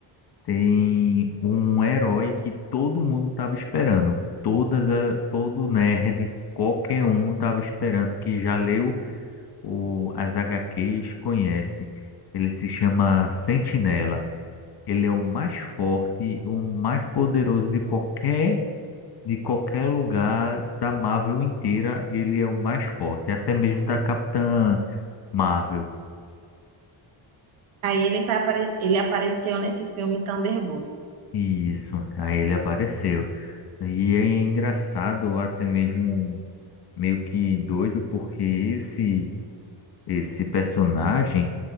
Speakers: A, on the left; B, on the right.
A: tem um herói que todo mundo estava esperando. Todas a, todo nerd, qualquer um estava esperando, que já leu o, as HQs, conhece. Ele se chama Sentinela. Ele é o mais forte, o mais poderoso de qualquer, de qualquer lugar da Marvel inteira. Ele é o mais forte, até mesmo da Capitã Marvel.
B: Aí ele vai apare... ele apareceu nesse filme Thunderbolts.
A: Isso, aí ele apareceu. E é engraçado, até mesmo meio que doido, porque esse esse personagem,